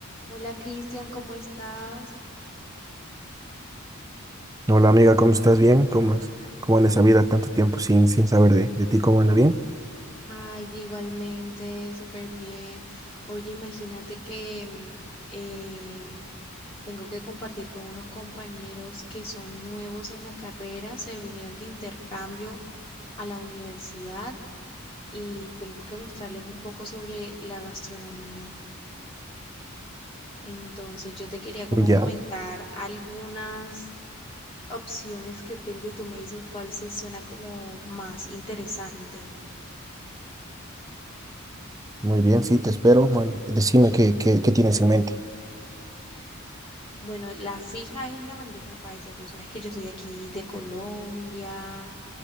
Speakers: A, on the left; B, on the right.
A: Hola Cristian, ¿cómo estás?
B: Hola amiga, ¿cómo estás? ¿Bien? ¿Cómo, es- cómo anda esa vida tanto tiempo sin, sin saber de, de ti? ¿Cómo anda bien?
A: Ay, igualmente, súper bien. Oye, imagínate que mm, eh, tengo que compartir con unos compañeros que son nuevos en la carrera, se vinieron de intercambio a la universidad y tengo que mostrarles un poco sobre la gastronomía. Entonces, yo te quería como
B: Ya,
A: comentar algunas opciones que tengo y tú me dices cuál se suena como más interesante.
B: muy bien, sí, te espero. man. decime qué, qué, qué tienes en mente.
A: Bueno, la fija es la bandeja paisa. Tú sabes que yo soy de aquí de Colombia.